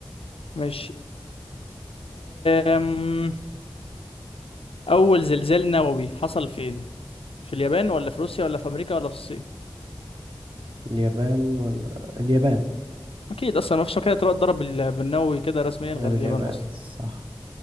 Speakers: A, on the left (about 85°); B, on the right (about 60°).
A: ماشي أم... اول زلزال نووي حصل فين في اليابان ولا في روسيا ولا في امريكا ولا في الصين
B: اليابان ولا اليابان
A: اكيد اصلا ما فيش مكان تروح تضرب بال- بالنووي كده رسميا
B: غير
A: غير اليابان
B: اليابان
A: اصلا
B: صح